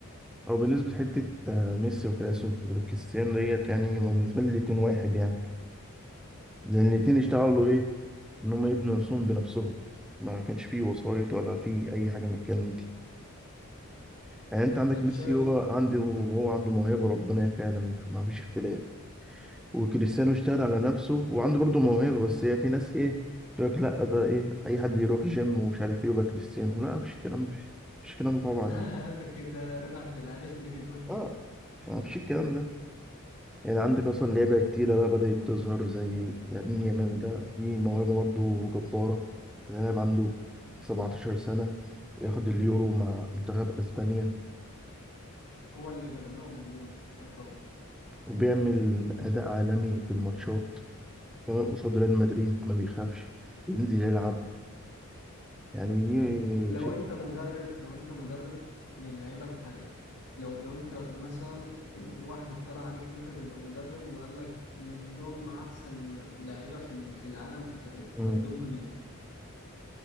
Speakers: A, in the centre; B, on the left.
A: أو بالنسبة لحتة آه، ميسي وكراسو- وكريستيانو ديت يعني هما بالنسبة لي الاتنين واحد يعني لأن الاتنين اشتغلوا إيه إن هما يبنوا نفسهم بنفسهم ما كانش فيه وسايط ولا فيه أي حاجة من الكلام يعني انت عندك
B: طب
A: ميسي
B: شايف
A: هو عندي وهو عنده موهبه ربنا فعلا ما فيش اختلاف وكريستيانو اشتغل على نفسه وعنده برضه موهبه بس هي في ناس ايه تقول لك لا ده ايه اي حد يروح جيم ومش عارف ايه يبقى كريستيانو لا مفيش الكلام ده مفيش الكلام ده طبعا
B: <laughs>
A: يعني
B: ده كده رضا عبد العال اللي بيقول كده
A: اه مفيش الكلام ده يعني عندك اصلا لعيبه كتيره بقى بدات تظهر زي لامين يامال ده دي موهبه برضه جباره يعني لاعب عنده 17 سنه ياخد اليورو مع منتخب اسبانيا
B: هو اللي جاب لهم اليورو آه طب
A: وبيعمل أداء عالمي في الماتشات كمان قصاد ريال مدريد ما بيخافش بينزل يلعب يعني
B: طب لو
A: شك...
B: أنت مدرب لو أنت مدرب للعيبة الحالية لو لو أنت مثلا آه، واحد اقترح عليك إن أنت تبقى مدرب وقال لك تضم أحسن لعيبة في ال- في العالم في فرقتك
A: مم.
B: هتضم مين؟